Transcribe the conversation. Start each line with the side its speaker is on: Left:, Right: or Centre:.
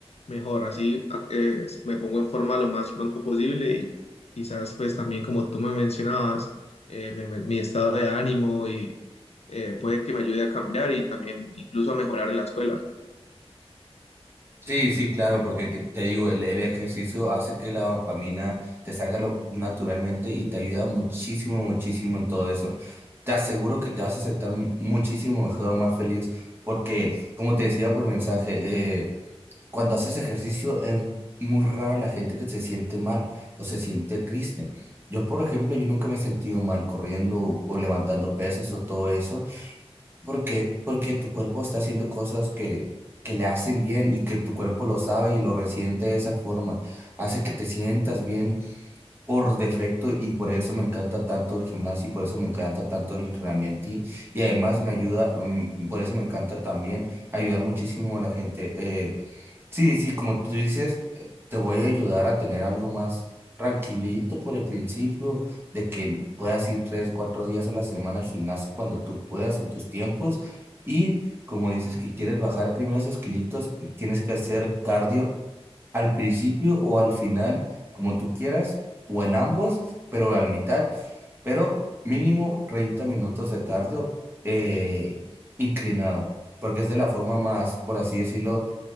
Left: mejor, así a- eh, me pongo en forma lo más pronto posible y quizás pues también como tú me mencionabas, eh, me- me- mi estado de ánimo y eh, puede que me ayude a cambiar y también incluso a mejorar en la escuela.
Right: Sí, sí, claro, porque que- te digo, el, el ejercicio hace que la dopamina te salga lo- naturalmente y te ayuda muchísimo, muchísimo en todo eso. Te aseguro que te vas a sentar mu- muchísimo mejor, más feliz, porque como te decía por mensaje, eh, Cuando haces ejercicio es muy rara la gente que se siente mal o se siente triste. Yo, por ejemplo, yo nunca me he sentido mal corriendo o levantando pesas o todo eso, porque, porque tu cuerpo está haciendo cosas que, que le hacen bien y que tu cuerpo lo sabe y lo resiente de esa forma. Hace que te sientas bien por defecto y por eso me encanta tanto el gimnasio y por eso me encanta tanto el entrenamiento y, y además me ayuda, mm, por eso me encanta también ayudar muchísimo a la gente. eh, Sí, sí, como tú dices, eh, te voy a ayudar a tener algo más tranquilito por el principio, de que puedas ir tres, cuatro días a la semana al gimnasio cuando tú puedas en tus tiempos. Y como dices que quieres bajar primero esos kilitos, pues tienes que hacer cardio al principio o al final, como tú quieras, o en ambos, pero a la mitad, pero mínimo 30 minutos de cardio eh, inclinado, porque es de la forma más, por así decirlo